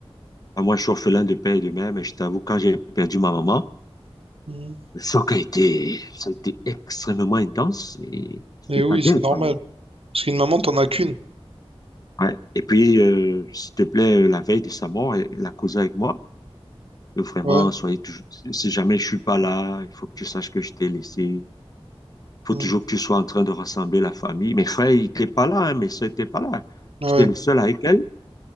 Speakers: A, on the left; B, on the right.
A: ah, moi je suis orphelin de père et de mère, mais je t'avoue, quand j'ai perdu ma maman,
B: mhm.
A: le choc a été, ça a été extrêmement intense et c'était
B: Et oui,
A: pas gay,
B: c'est normal.
A: quoi.
B: Parce qu'une maman, t'en as qu'une.
A: Ouais. Et puis, euh, s'il te plaît, euh, la veille de sa mort, elle, elle a causé avec moi. Euh, Vraiment,
B: Ouais.
A: soyez toujours, si si jamais je suis pas là, il faut que tu saches que je t'ai laissé. faut
B: mm,
A: toujours que tu sois en train de rassembler la famille. Mes frères, ils n'étaient pas là, hein, mes soeurs n'étaient pas là.
B: Ah
A: J'étais
B: Ouais.
A: le seul avec elle.